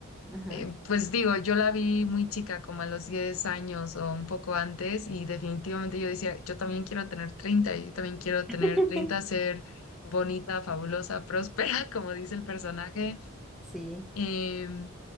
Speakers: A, in the centre; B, on the left.
A: Ajá.
B: eh, pues digo, yo la vi muy chica, como a los 10 años o un poco antes, y definitivamente yo decía, yo también quiero tener 30, yo también quiero
A: <laughs>
B: tener 30, ser bonita, fabulosa, próspera, <laughs> como dice el personaje.
A: Sí.
B: em,